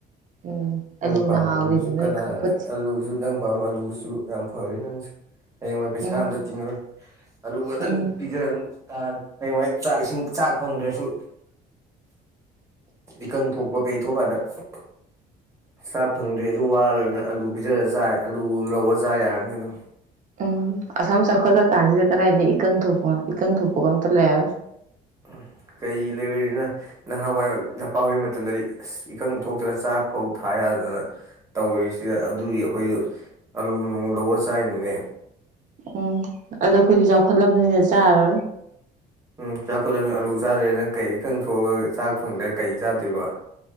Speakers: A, on the right (about 50°); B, on the right (about 20°).
A: ꯎꯝ
B: ꯅꯪ
A: ꯑꯂꯨꯅ
B: ꯄꯥꯝ
A: ꯍꯥꯎꯔꯤꯁꯦ
B: ꯑꯂꯨꯁꯨ
A: ꯅꯣꯏ
B: ꯀꯅꯥ
A: ꯈꯪꯄꯣꯠꯇꯦ
B: ꯑꯂꯨꯁꯨ ꯅꯪ ꯄꯥ ꯑꯂꯨꯁꯨ ꯌꯥꯝ ꯐꯔꯦ ꯅꯪꯁꯤ ꯍꯌꯦꯡꯋꯥꯏ ꯄꯩꯁꯥ
A: ꯎꯝ
B: ꯑꯝꯇ ꯇꯤꯡꯉꯔꯣꯏ ꯑꯂꯨ ꯈꯇꯪ
A: ꯎꯝ
B: ꯄꯤꯖ ꯇꯥꯔꯦ ꯆꯥꯛ ꯏꯁꯤꯡ ꯆꯥꯛ ꯐꯪꯗ꯭ꯔꯁꯨ ꯏꯀꯪ ꯊꯣꯛꯄ ꯀꯩ <unintelligible> ꯆꯥꯛ ꯐꯪꯗ꯭ꯔꯦ ꯖꯨ ꯋꯥꯔꯣꯏꯅ ꯑꯂꯨ ꯄꯤꯖꯔꯒ ꯆꯥꯏ ꯑꯥꯂꯨ ꯂꯧꯔꯒ ꯆꯥ ꯌꯥꯔꯅꯤ <unintelligible>
A: ꯎꯝ ꯑꯁꯥꯝ ꯆꯥꯎꯈꯠꯂ ꯀꯥꯟꯁꯤꯗ ꯀꯗꯥꯏꯗ ꯏꯀꯪ ꯊꯣꯛꯄꯅꯣ ꯏꯀꯪ ꯊꯣꯛꯄꯒ ꯑꯝꯇ ꯂꯩꯔꯔꯣꯏ
B: ꯎ ꯀꯩ ꯂꯩꯔꯤꯅꯣ ꯅꯍꯥꯥꯟꯋꯥꯏ ꯅꯄꯥ ꯑꯣꯏ ꯃꯇꯝꯗꯗꯤ ꯑꯁ ꯏꯀꯪ ꯊꯣꯛꯇꯅ ꯆꯥꯛ ꯐꯧ ꯊꯥ ꯌꯥꯗꯅ ꯇꯧꯔꯤꯁꯤꯗ ꯑꯗꯨꯒꯤ ꯑꯩꯈꯣꯏꯁꯨ ꯑꯂꯨ ꯅꯨꯡ ꯂꯧꯑ ꯆꯥꯏꯅꯤꯅꯦ
A: ꯎꯝ ꯑꯗꯣ ꯑꯩꯈꯣꯏꯗꯤ ꯆꯥꯎꯈꯠꯂꯕꯅꯤꯅ ꯆꯥꯔꯔꯣꯏ
B: ꯎꯝ ꯆꯥꯎꯈꯠꯂꯃꯤꯅ ꯑꯂꯨ ꯆꯥꯗ꯭ꯔꯦ ꯅꯪ ꯀꯩ ꯏ ꯈꯪ ꯊꯣꯛꯑꯒ ꯆꯥꯛ ꯐꯪꯗ꯭ꯔꯥ ꯀꯔꯤ ꯆꯥꯗꯣꯏꯕ